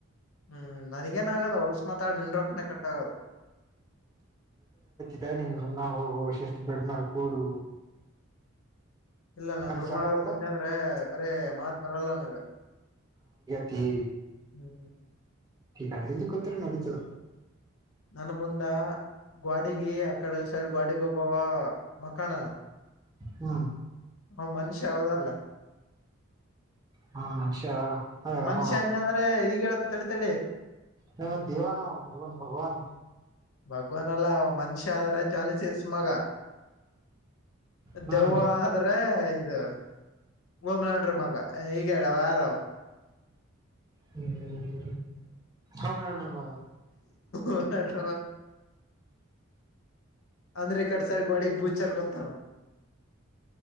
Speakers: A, on the left (about 75°); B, on the right (about 15°).
A: ಹ್ಮ್ ನನಗೇನ್ ಆಗಲ್ಲ ಹೊಲ್ಸ ಮಾತಾ ನಿನ್ ರೊಕ್ಕನೆ ಕಟ್ಟಾಗದು
B: ಅ ನಿನ್ ರುಮನಾ ಗ ಹೋಗುಷಷ್ಟತ್ ಬೆಡನಾರ ಕೂಡು
A: ಇಲ್ಲ ನಾ
B: ಅಲ್ಲಿ
A: ರೂಮನಾ
B: ಜಾಗ
A: ಗ
B: ಅದಲ್ಲ
A: ಕುತ್ತೆ ಅಂದ್ರೆ ಬರೀ ಮಾತ್ ಬರಲ್ಲ ನನಗ
B: ತಿ
A: ಹ್ಮ್
B: ಎಕ್ಕೊತ್ತ್ಣ ಅಡತ
A: ನನ್ ಮುಂದ ಗೋಡಿಗಿ ಅಕಡೆ ಸೈಡ್ ಗೋಡಿಗಿ ಒಬ್ಬವ ಮಖಾನನ
B: ಹ್ಮ
A: ಹ ಮನುಷ್ಯ ಯಾವದಲ್ಲ
B: ಹಾ ಮನುಷ್ಯ ಹ
A: ಮನುಷ್ಯ
B: ಹ
A: ಅಂದ ಅಂದ್ರೆ ಈಗ ಹೇಳತ್ ತಡಿ ತಡಿ
B: ಹ ದೇವ ನಾಮ ಭಗವನ್ ಭಗವನ್
A: ಭಗವನ್ಲ್ಲಾ ಮನುಷ್ಯ ಆದ್ರ ಜನಸಸ ಮಗ
B: ಹ್ಮ್
A: ದೆವ್ವ ಆದ್ರೆ ಇದು ಓಮ್ ನಡ್ರಿ ಮಗ ಹೀಗ ಹೇಳಾವ ಯಾರ ಅವ
B: ಹ್ಮ್ ಂಗ್ಲಂಡ ಮದ
A: ಓಮ್ಲಾಂಡ್ರ ಆದರೆ ಈ ಕಡೆ ಸೈಡ್ ಗೋಡಿ ಭೂಚರಲ್ಲ ಗೊತ್ತಲ್ಲ